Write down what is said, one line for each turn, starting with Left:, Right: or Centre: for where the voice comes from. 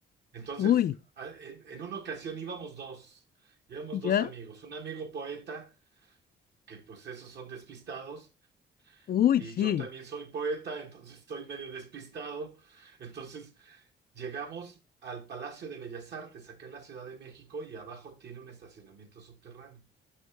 Right: Entonces,
Left: Uy,
Right: a- en en una ocasión íbamos dos, íbamos
Left: ¿ya?
Right: dos amigos, un amigo poeta que pues esos son despistados
Left: Uy,
Right: y
Left: sí,
Right: yo también soy poeta, entonces estoy medio despistado. Entonces llegamos al Palacio de Bellas Artes, acá en la Ciudad de México, y abajo tiene un estacionamiento subterráneo.